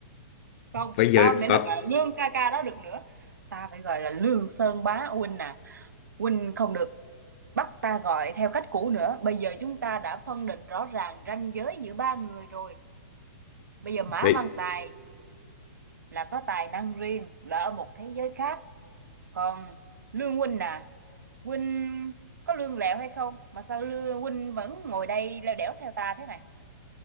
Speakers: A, on the right; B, on the left.
A: Không,
B: bây giờ
A: tao không thể
B: tập
A: nào gọi là lương ca ca đó được nữa. Ta phải gọi là lương sơn bá huynh à. Huynh không được bắt ta gọi theo cách cũ nữa. Bây giờ chúng ta đã phân định rõ ràng ranh giới giữa ba người rồi. Bây giờ Mã
B: vậy
A: Văn Tài là có tài năng riêng, là ở một thế giới khác còn lương huynh à huynh có lương lẹo hay không mà sao lương huynh vẫn ngồi đây leo đẻo theo ta thế này